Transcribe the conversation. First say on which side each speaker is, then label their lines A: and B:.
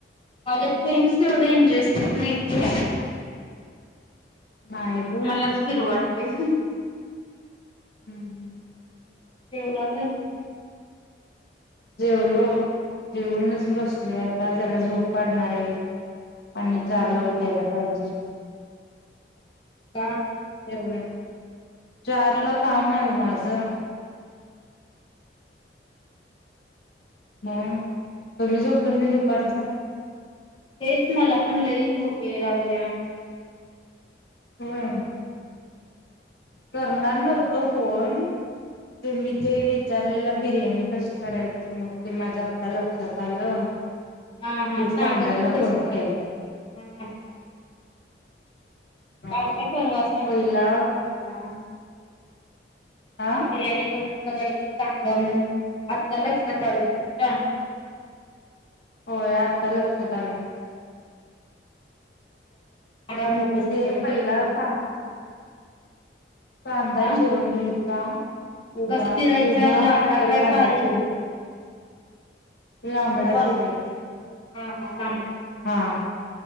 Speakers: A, on the left (about 30°); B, on the left (about 60°).
A: माझ्या फ्रेंडस एवढ्या इंटरेस्टेड नाहीत फिरायला.
B: नाही पोय
A: मलाच फिरू वाटतय.
B: हम्म
A: जेवला काय म
B: जेवलो जेवूनच बसलो आता जरा झोप काढणारये एक आणि म
A: हम्म
B: चारला उठायला पाहिजे.
A: का?
B: तेवढ चारला काम आहे ओ माझं म तुम्ही झोपत नाय दुपारच
A: तेच मला पण लईच झोप याय लागल्या.
B: होय. करणार नव्हतो फोन तुम्ही ते विचारलेलं बिर्याणी कशी करायची मग ते माझा आत्ता लक्षात आलं.
A: हा हा
B: ते
A: सांगा
B: सांगायला
A: की कशी
B: फोन
A: करयाची
B: केला
A: हा हा
B: हा
A: काल काय परवा सांगितलेली
B: पहिला
A: तुम्ही मला
B: हा
A: बिर्याणी कसयची सांगा म्हणून आता लक्षात आलं तुमच्या
B: होय आत्ता लक्षात आलून
A: डा मग कशी
B: ते
A: करायची
B: पहिला
A: बिर्याणी
B: कां कांदा
A: हा
B: चिरून घ्यायचा उभा
A: कसा चिरायचा
B: उभा
A: लांबडा
B: पतर
A: काय
B: कंद
A: बारीक
B: चु लांबळाच
A: उभा
B: रे
A: हा हा लांबडा
B: हा